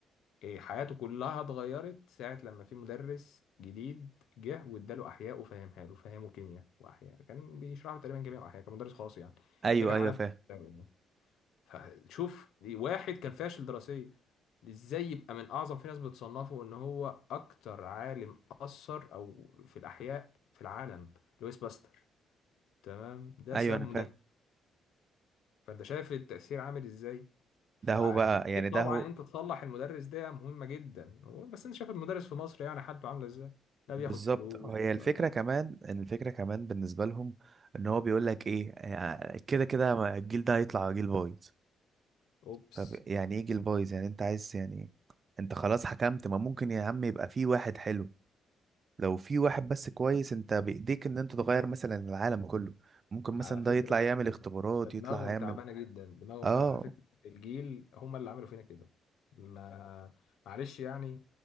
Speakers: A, on the left; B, on the right.
A: إيه حياته كلها اتغيرت ساعة لما في مدرس جديد جه واداله أحياء وفهمها له فهمه كيمياء وأحياء كان بيشرح له تقريبا كيمياء وأحياء كان مدرس خاص يعني
B: ايوه
A: ده كان
B: ايوه
A: عالم
B: فاهم
A: فرنساوي يعني. فشوف واحد كان فاشل دراسيا ازاي يبقى من اعظم في ناس بتصنفه ان هو اكتر عالم اثر او في الاحياء في العالم لويس باستر تمام ده
B: ايوه
A: سبب
B: انا فاهم
A: فانت شايف التأثير عامل ازاي فاكيد
B: ده هو بقى يعني ده
A: طبعا
B: هو
A: ان انت تصلح المدرس ده مهمة جدا و- بس انت شايف المدرس في مصر يعني حالته عاملة ازاي لا
B: بالظبط
A: بياخد فلوس
B: هي الفكره
A: ولا
B: كمان إن الفكره كمان بالنسبه لهم ان هو بيقول لك ايه آه، كده كده ما- الجيل ده هيطلع جيل بايظ
A: اوبس
B: طب يعني ايه جيل بايظ يعني انت عايز يعني انت خلاص حكمت ما ممكن يا عم يبقى في واحد حلو لو في واحد بس كويس انت بايديك ان انت تغير مثلا العالم كله ممكن
A: على
B: مثلا
A: فكرة
B: ده يطلع يعمل اختبارات
A: ده دماغهم
B: يطلع يعمل
A: تعبانه جدا دماغهم
B: اه
A: تعبانه على فكره الجيل هم اللي عملوا فينا كده ما معلش يعني